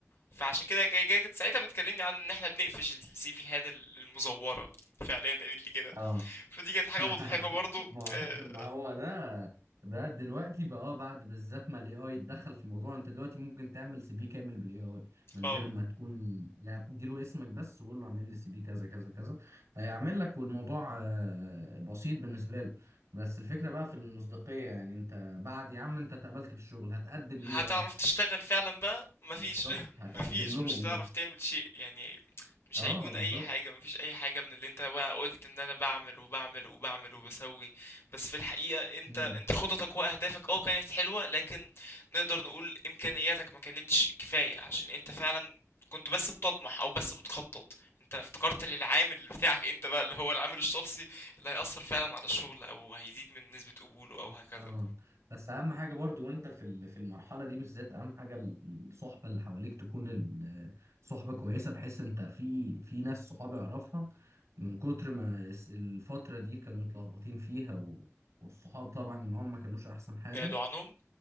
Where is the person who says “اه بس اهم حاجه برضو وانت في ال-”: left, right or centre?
Right